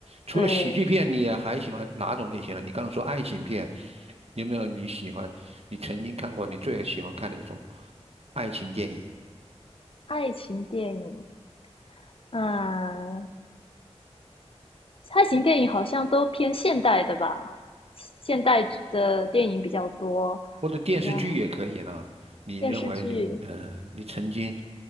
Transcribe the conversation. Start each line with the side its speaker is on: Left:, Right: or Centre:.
Right: 除了喜剧片，
Left: 对，
Right: 你也还喜欢哪种类型的？你刚刚说爱情片，有没有你喜欢？你曾经看过你最喜欢看的一种爱情电影，
Left: 爱情电影，嗯，爱情电影好像都偏现代的吧，现代的电影比较多，
Right: 或者电视剧也可以呢？
Left: 然后
Right: 你认为你呃，
Left: 电视剧，
Right: 你曾经